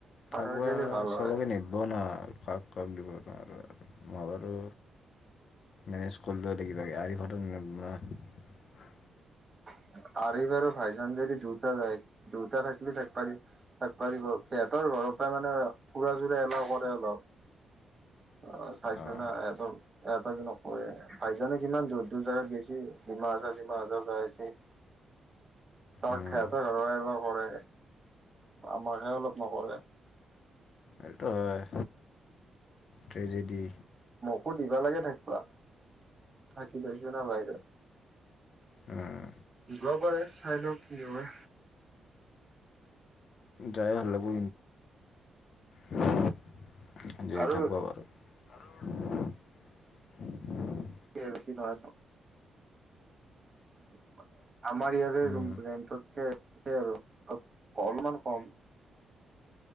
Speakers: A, on the right; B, on the left.
A: থাকা
B: থাকিব
A: গেলি ভাল
B: চবকে
A: হয়
B: নিদব ন। কাক দিব নোৱাৰ মই বাৰু মেনেজ কৰিলো কিবা আ <unintelligible>
A: <inaudible> এইবাৰ যদি <unintelligible> যদি দুটাৰ হয় দুটা থাকিলে থাক-থাক বা দিব সিহঁতৰ ঘৰৰ পৰাই মানে ফুৰা চোৰা এলাও কৰে অলপ অ' চাইছো
B: অঁ
A: ন এহতক ইহঁতক ন ভাইজানে কিমান দূৰ- দূৰ জাগাত গেছে ডিমা হাছাও চিমা হাছাও যাইছে। তাক
B: উম
A: সেহতৰ ঘৰে এলাও কৰে আমাক হে অলপ নকৰে।
B: এইটো হয়, ট্ৰেজেদি।
A: মোক দিবা লাগে থাকিবা থাকি পাইছো ন বাহিৰত।
B: উম
A: দিব পাৰে চাই লও কি হয়।
B: যাই ভাল লাগবো। <unintelligible>
A: আৰু
B: <inaudible>
A: <unintelligible> বেছি নোৱাৰ। <unintelligible> আমাৰ ইয়াৰে
B: উম
A: ৰুম-ৰেন্টতকে ঠিকেই আৰু, অলমান কম।